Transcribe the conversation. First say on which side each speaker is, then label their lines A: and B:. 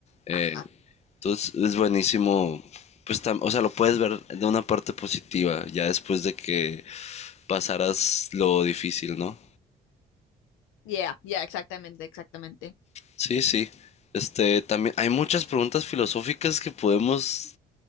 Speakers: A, on the left; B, on the left.
A: Eh,
B: Ajá.
A: entonces es buenísimo, pues, tam- o sea, lo puedes ver de una parte positiva, ya después de que pasaras lo difícil, ¿no?
B: Yeah, yeah, exactamente, exactamente.
A: Sí, sí. Este, también hay muchas preguntas filosóficas que podemos.